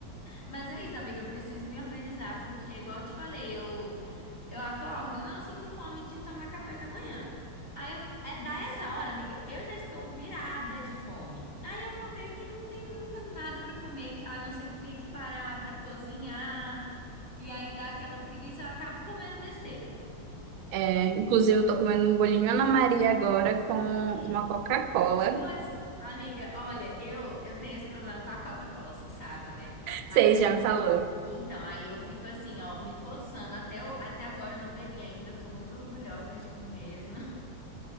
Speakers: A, on the left; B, on the right.
A: Mas é isso, amiga, eu preciso me organizar, porque, igual eu te falei, eu Eu acordo e não sinto fome de tomar café da manhã. Aí eu, é, dá essa hora, amiga, eu já estou virada de fome. Aí eu vou ver que não tem nunca nada para comer, que- a não ser que tenha que parar para cozinhar. E aí dá aquela preguiça, eu acabo comendo besteira.
B: É, inclusive, eu tô comendo um bolinho Ana Maria agora com uma
A: Aí.
B: Coca-Cola.
A: Puts, amiga, olha, eu eu tenho esse problema com a Coca-Cola, você sabe, né?
B: Vocês
A: Aí,
B: já me falou.
A: então, aí eu fico assim, ó, me coçando. Até, eu- até agora eu não bebi ainda, eu tô muito orgulhosa de mim mesma.